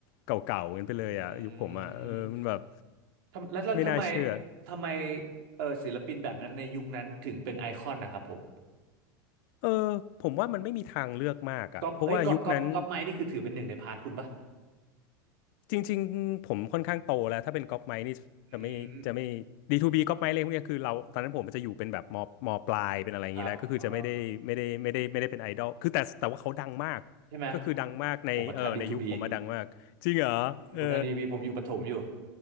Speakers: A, on the left; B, on the right.
A: เก่าๆกันไปเลยอ่ะยุคผมอ่ะเออมันแบบ
B: อืมทำแล้วแล้วทำไม
A: ไม่น่าเชื่อ
B: ทำไมเออศิลปินแบบนั้นในยุคนั้นถึงเป็นไอคอนนะครับผม
A: เออผมว่ามันไม่มีทางเลือกมากอ่ะเพราะว่ายุคนั้น
B: ก๊อปเอ้ยก๊อปก๊อปก๊อปไมค์นี่คือถือเป็นหนึ่งในพาร์ทคุณปะ
A: จริงๆผมค่อนข้างโตแล้วถ้าเป็นก๊อปไมค์นี่จะไม่จะไม่ดีทูบีก๊อปไมค์อะไรพวกเนี้ยคือเราตอนนั้นผมมันจะอยู่เป็นแบบมมปลายเป็นอะไรอย่างนี้แล้วก็คือจะไม่ได้ไม่ได้ไม่ได้ไม่ได้เป็นไอดอลคือแต่แต่ว่าเขาดังมาก
B: อืมครับอ๋อใช่ไหม
A: ก็คือดังมากในเออในยุคผมมาดังมากจริงเหรอเออ
B: ผมมาทันดีทูบีผมทันดีบีผมอยู่ประถมอยู่